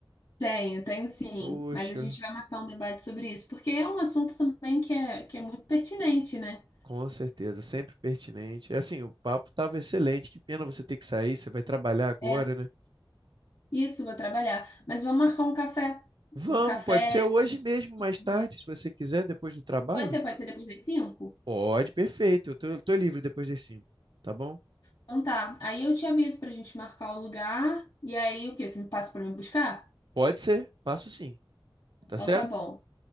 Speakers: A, on the left (about 55°); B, on the right (about 60°).
A: tenho, tenho sim.
B: Poxa,
A: Mas a gente vai marcar um debate sobre isso, porque é um assunto também que é, que é muito pertinente, né?
B: com certeza, sempre pertinente. É assim, o papo estava excelente. Que pena você ter que sair, você vai trabalhar agora,
A: É.
B: né?
A: Isso, vou trabalhar. Mas vamos marcar um café.
B: Vamos,
A: Um café
B: pode ser hoje
A: pra gente
B: mesmo,
A: falar
B: mais
A: sobre
B: tarde,
A: isso.
B: se você quiser, depois do trabalho?
A: Pode ser, pode ser depois das cinco?
B: Pode, perfeito. Eu tô, tô livre depois das 5, tá bom?
A: Então tá. Aí eu te aviso pra gente marcar o lugar. E aí o quê? Você me passa pra me buscar?
B: Pode ser, passo sim, tá
A: Então
B: certo?
A: tá bom.